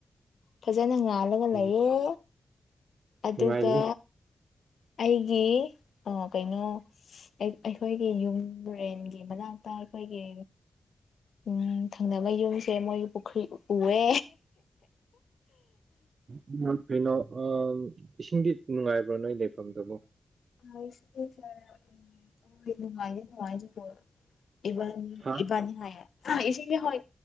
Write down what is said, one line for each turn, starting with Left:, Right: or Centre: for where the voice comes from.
Left: ꯐꯖꯅ ꯉꯥꯜꯂꯒ
Right: ꯎꯝ
Left: ꯂꯩꯌꯦ ꯑꯗꯨꯒ
Right: ꯅꯨꯡꯉꯥꯏꯒꯅꯤ
Left: ꯑꯩꯒꯤ ꯑꯥ ꯀꯩꯅꯣ ꯑꯩ ꯑꯩꯈꯣꯏꯒꯤ ꯌꯨꯝ ꯔꯦꯟꯒꯤ ꯃꯅꯥꯛꯇ ꯑꯩꯈꯣꯏꯒꯤ ꯎꯝ ꯊꯪꯅꯕꯩ ꯌꯨꯝꯁꯦ ꯃꯣꯏꯒꯤ ꯄꯨꯈ꯭ꯔꯤ ꯎ ꯎꯋꯦ
Right: ꯎꯝ ꯎꯝꯃ ꯀꯩꯅꯣ ꯑ ꯏꯁꯤꯡꯗꯤ ꯅꯨꯡꯉꯥꯏꯕ꯭ꯔꯣ ꯅꯣꯏ ꯂꯩꯐꯝꯗꯨꯕꯣ
Left: ꯑꯥꯏꯁ <unintelligible> ꯅꯨꯡꯉꯥꯏꯗꯤ ꯅꯨꯉꯥꯏ ꯑꯗꯨꯕꯨ ꯏꯕꯥꯟ__ ꯑꯩ
Right: ꯍꯥ
Left: ꯏꯕꯥꯅꯤ ꯍꯥꯏꯌꯦ ꯑ ꯏꯁꯤꯡꯒꯤ ꯍꯣꯏ